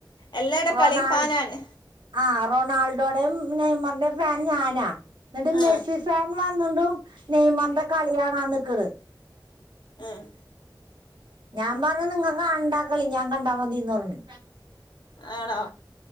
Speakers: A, on the left; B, on the right.
A: എല്ലായിടും
B: റൊണാൾ
A: കളി ഫാനാണ്
B: ആ റൊണാൾഡോടേം നെയ്മർന്റേം ഫാൻ ഞാനാ ന്നട്ട്
A: ആ
B: മെസ്സി ഫാൻ വന്നോണ്ടും നെയ്മർന്റെ കളി കാണാൻ നിക്ക്ണ്
A: ഏഹ്
B: ഞാൻ പർഞ നിങ്ങക്ക് കാണണ്ടാ കളി ഞാൻ കണ്ടാ മതീന്ന് പർഞ്ഞ്
A: ആണോ